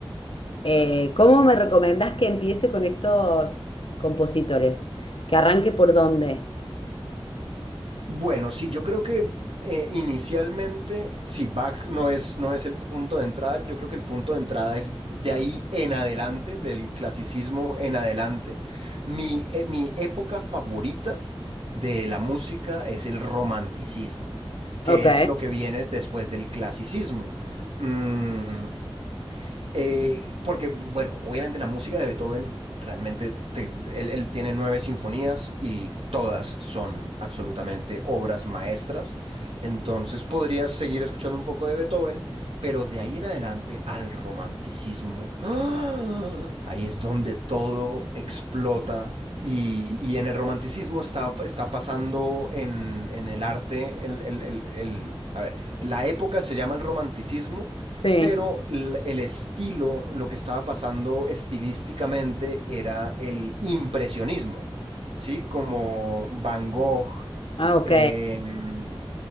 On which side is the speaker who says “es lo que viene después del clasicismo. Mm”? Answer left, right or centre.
Right